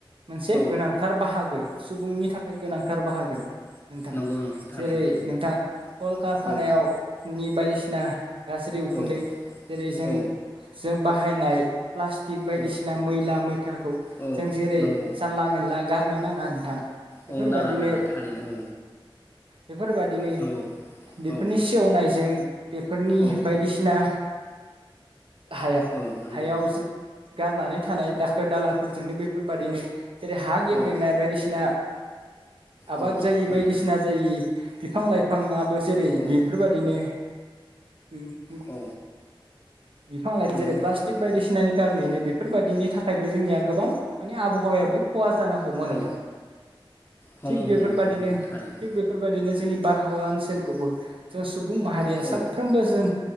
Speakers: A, on the right; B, on the left.
A: मोनसे
B: औ
A: गोनांथार बाहागो। सुबुंनि थाखाय गोनांथार बाहागो नोंथां
B: नंगौ नोंथां थारैनो
A: जेरै नोंथां कलकार थानायाव
B: औ
A: नि बायदिसि ना। गाज्रि उखुनदै
B: औ
A: जेरै जों
B: औ
A: जों बाहायनाय। प्लास्टिक बायदिसिना
B: औ
A: मैला मैथाखौ
B: औ
A: जों जेरै
B: नंगौ
A: जानला मेनला गारनो नाङा नोंथां। बेफोरबादिनो
B: औ नाङा नाङा थारैनो औ
A: बेफोरबादिनो।
B: नंगौ
A: बेफोरनि
B: औ
A: सेवनाय जों बेफोरनि
B: औ
A: बायदिसिना। हायग
B: औ नंगौ
A: हायावसो। गारनानै थानाय दाखोर दालाफोरजोंनो बेफोरबादिनो। जेरै हा गेब्रेंनाय
B: औ
A: बायदिसिना। आबाद
B: औ
A: जायि
B: नंगौ
A: बायदिसिना जायि। बिफां लाइफां नियाबो जेरै
B: औ
A: बिफोरबादिनो। उम हम।
B: औ
A: बिफां लाइ फा
B: नंगौ
A: जेरै प्लास्टिक
B: नोंथां
A: बायदिसिनानि खारनैनो बे फोर बायदिनि थाखायबो जोंनिया गोबां माने आबहावायाबो खहा जानो हमो नोंथां
B: औ हमो
A: थिग बेफोरबायदिनो
B: हमो नंगौ थारैनो
A: थिग बेफोरबायदिनो जोंनि बारहावा ओनसोल खौबो जों सु बुं माहारिया
B: औ
A: साफ्रोमबो जों